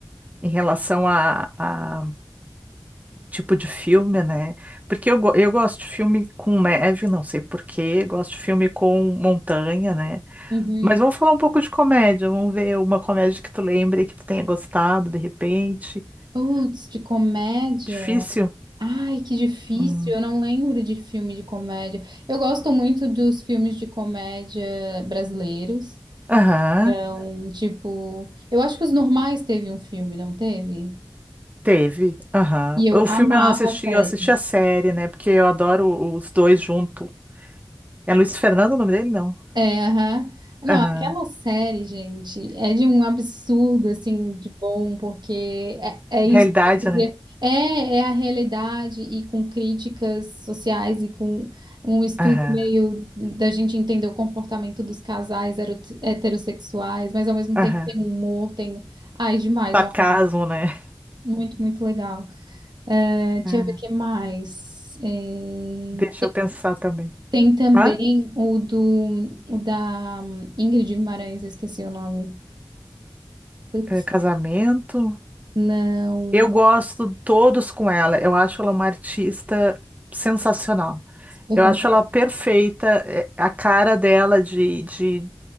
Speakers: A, on the right; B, on the right.
A: em relação a, a tipo de filme, né? Porque eu, go- eu gosto de filme com neve, não sei por quê, gosto de filme com montanha, né?
B: Uhum.
A: Mas vamos falar um pouco de comédia. Vamos ver uma comédia que tu lembre que tu tenha gostado, de repente.
B: Putz, de comédia.
A: Difícil?
B: Ai, que difícil.
A: Hum.
B: Eu não lembro de filme de comédia. Eu gosto muito dos filmes de comédia brasileiros.
A: Aham,
B: Então, tipo, eu acho que Os Normais teve um filme, não teve?
A: teve. Aham.
B: E eu
A: O
B: amava
A: filme eu não assisti,
B: a série.
A: eu assisti a série, né? Porque eu adoro os dois junto. É Luiz Fernando o nome dele? Não.
B: É, aham. Não,
A: Aham.
B: aquela série, gente, é de um absurdo, assim, de bom, porque é, é
A: Realidade,
B: isso que conseguia-
A: né?
B: É, é a realidade e com críticas sociais e com um estudo
A: Aham.
B: meio da gente entender o comportamento dos casais hero- heterossexuais, mas ao mesmo
A: Aham.
B: tempo tem humor, tem... Ai, demais,
A: Sarcasmo,
B: eu amo.
A: né?
B: Muito, muito legal. É, deixa
A: Ah,
B: eu ver o que mais. É,
A: Deixa eu pensar também.
B: tem também
A: Hã?
B: o do o da Ingrid Guimarães, eu esqueci o nome. Putz,
A: É, casamento.
B: não.
A: Eu gosto todos com ela. Eu acho ela uma artista sensacional.
B: Super
A: Eu
B: Completo,
A: acho ela perfeita, é, a cara dela de, de,